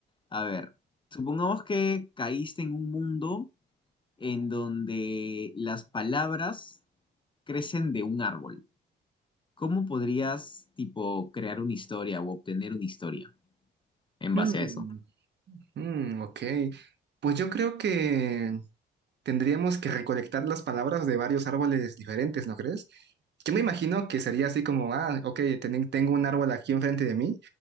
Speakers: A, on the left; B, on the right.
A: A ver, supongamos que caíste en un mundo en donde las palabras crecen de un árbol. ¿Cómo podrías, tipo, crear una historia o obtener una historia en
B: Mm,
A: base a eso?
B: Mm, ok. Pues yo creo que tendríamos que recolectar las palabras de varios árboles diferentes, ¿no crees? Yo me imagino que sería así como, ah, ok, ten- tengo un árbol aquí enfrente de mí